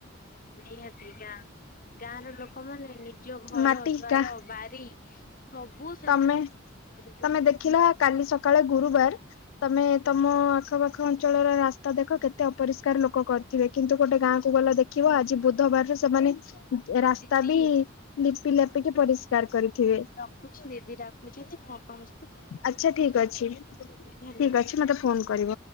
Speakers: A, on the left (about 45°); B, on the left (about 75°).
A: ନିହାତି ଗାଁ ଗାଁର ଲୋକମାନେ ନିଜ ଘର
B: ମାଟି
A: ଦ୍ୱାର
B: ଗାଁ
A: ବାରି ସବୁ ସେମାନେ
B: ତମେ
A: କରିକି
B: ତମେ
A: ରଖ
B: ଦେଖିଲା କାଲି ସକାଳେ ଗୁରୁବାର ତମେ ତମ ଆଖପାଖ ଅଞ୍ଚଳର ରାସ୍ତା ଦେଖ କେତେ ଅପରିଷ୍କାର ଲୋକ କରି ଜିବେ କିନ୍ତୁ ଗୋଟେ ଗାଁକୁ ଗଲା ଦେଖିବ ଆଜି ବୁଧବାର ର ସେମାନେ
A: ଆଉ
B: ରାସ୍ତା
A: ଦିଦି
B: ବି ଲିପି ଲାପିକି ପରିଷ୍କାର କରିଥିବେ।
A: ରଖୁଚି ଦିଦି ଡାକୁଚନ୍ତି ମୁଁ ଆପଣଙ୍କ ସହିତ ପରେ କଥା
B: ଆଚ୍ଛା ଠିକ ଅଛି
A: ଧନ୍ୟବାଦ
B: ଠିକ ଅଛି
A: <unintelligible>
B: ମତେ ଫୋନ କରିବ।